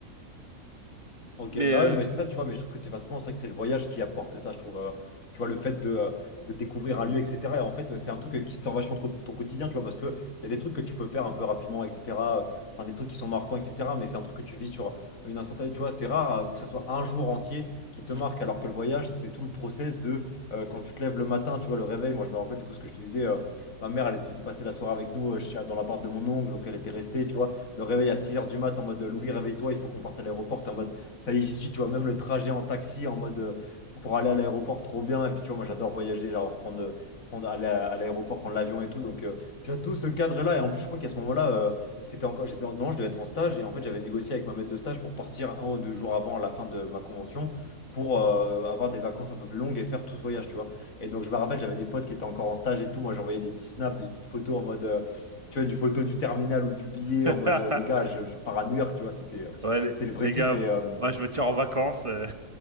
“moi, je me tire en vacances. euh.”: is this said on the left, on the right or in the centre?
Right